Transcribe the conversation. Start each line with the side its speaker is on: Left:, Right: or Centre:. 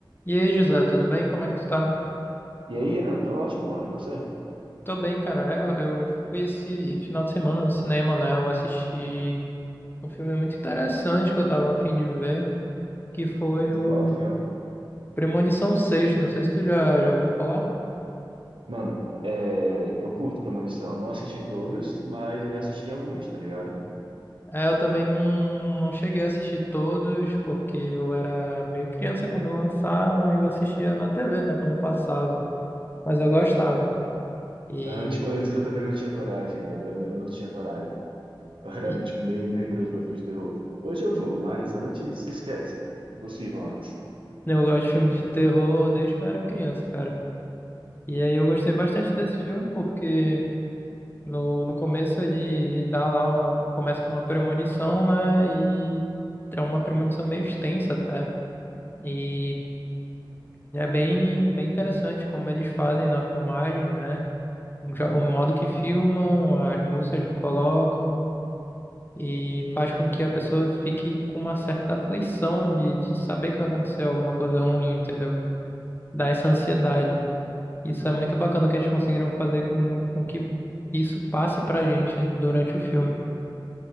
Left: E aí, José, tudo bem? Como é que tu tá?
Right: E aí, Renan, tô ótimo, mano. E você?
Left: Tô bem, cara. Eu, eu fui esse final de semana no cinema, né? Eu assisti um filme muito interessante que eu tava a fim de ver, que foi
Right: Em
Left: o
Right: qual filme?
Left: Premonição Seis. Não sei se tu já, já ouviu falar.
Right: Mano, é, eu curto Premonição. Não assisti todos, mas eu já assisti alguns, tá ligado?
Left: É, eu também não, não não cheguei a assistir todos, porque eu era meio criança quando lançaram, aí eu assistia na TV, né? Quando passava. Mas eu gostava. E,
Right: Ah, tipo, antes eu também não tinha coragem, velho. Eu, eu não tinha coragem. Eu era,
Left: e
Right: tipo, bem medroso pra filme de terror. Hoje eu vou, mas antes, esquece. Impossível antes.
Left: eu gosto de filme de terror desde que eu era criança, cara. E aí eu gostei bastante desse filme porque No, no começo ele dá lá um, começa com uma premonição, né? E é uma premonição meio extensa até. E é bem, bem interessante como eles fazem na filmagem, né? O jo- o modo que filmam, as músicas que colocam, e faz com que a pessoa fique com uma certa aflição de, de saber que vai acontecer alguma coisa ruim, entendeu? Dá essa ansiedade. Isso é muito bacana que eles conseguiram fazer com, com que isso passe pra gente durante o filme.